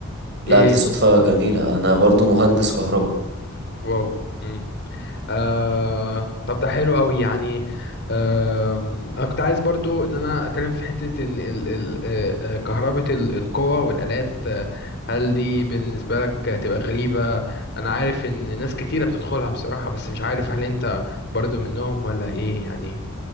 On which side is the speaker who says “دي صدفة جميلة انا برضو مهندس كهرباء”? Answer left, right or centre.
Right